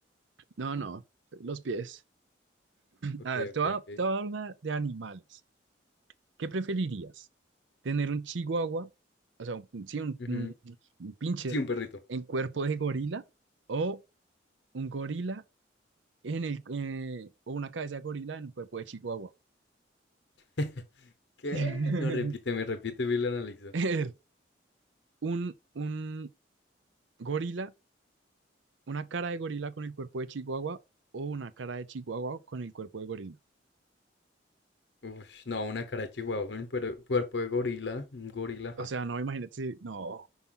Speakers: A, on the right; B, on the left.
A: No, no, los pies.
B: Ok,
A: A ver, te
B: ok,
A: voy a,
B: ok.
A: te voy a hablar de animales. ¿Qué preferirías? ¿Tener un chihuahua, o sea, un, sí, un,
B: Ujú.
A: un- un pincher
B: Sí, un perrito.
A: en cuerpo de gorila o un gorila en el, eh, o una cabeza de gorila en un cuerpo de chihuahua?
B: <laughs> ¿Qué?
A: <laughs>
B: No, repíteme, repíteme la analiza.
A: Er, Un, un gorila, una cara de gorila con el cuerpo de chihuahua o una cara de chihuahua con el cuerpo de gorila.
B: Uf, no, una cara de chihuahua con puer- cuerpo de gorila. Un gorila, ja.
A: O sea, no, imagínate, si- no,